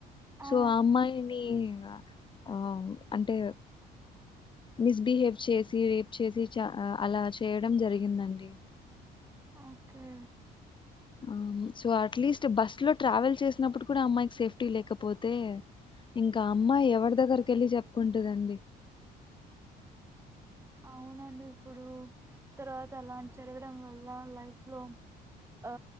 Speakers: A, on the right (about 15°); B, on the left (about 30°).
A: ఆ
B: సో అమ్మాయినీ ఆ అంటే మిస్బిహేవ్ చేసి రేప్ చేసి చ అలా చేయడం జరిగిందండి.
A: Okay
B: um so at least bus లో ట్రావెల్ చేసినప్పుడు కూడా అమ్మాయికి సేఫ్టీ లేకపోతే, ఇంకా అమ్మాయి ఎవడి దగ్గరికి వెళ్ళి చెప్పుకుంటదండి.
A: అవునండి ఇప్పుడూ. తర్వాత అలాంటి జరగడం వల్ల లైఫ్ లో ఆ